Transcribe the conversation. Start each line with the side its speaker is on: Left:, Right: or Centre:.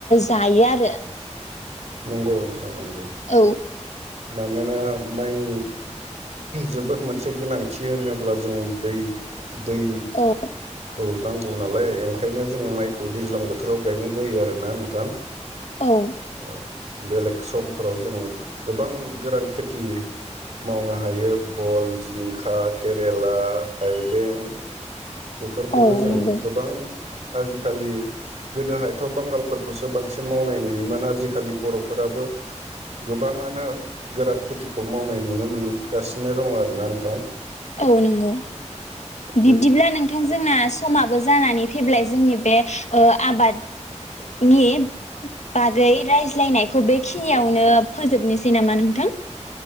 Left: जायो आरो।
Right: नंगौ नों थां नंगौ
Left: औ
Right: मानोना माइनि जोबोर मोनसे गोनांथि होनोब्ला जों दै दै
Left: औ
Right: खौ औ नांगौ नालाय ओंखायनो जों माइखौ दैज्लां बोथोराव गायनाय जायो आरोना नोंथां।
Left: औ
Right: औ बेलेग समफोराव जों गोबां गोरान खेथि मावनो हायो भल, जिंखा, केरेला, थाइबें बेफोरखौबो
Left: औ
Right: जों
Left: नंगौ
Right: गोबां आजिखालि गोदोहायथ' बांगालफोरखौसो बांसिन मावनाय नुयोमोन आजिखालि बर'फोराबो गोबाङानो गोरान खेथिखौ मावनाय नुनो मोनगासिनो दङ आरोना नोंथां।
Left: औ नंगौ
Right: बे
Left: बिब्दिब्ला
Right: औ
Left: नों थां जोंना समाबो जानानै फैबाय जोंनि बे आबादनि बागै रायज्लायनायखौ बेखिनियावनो फोजोबनोसै नामा नोंथां?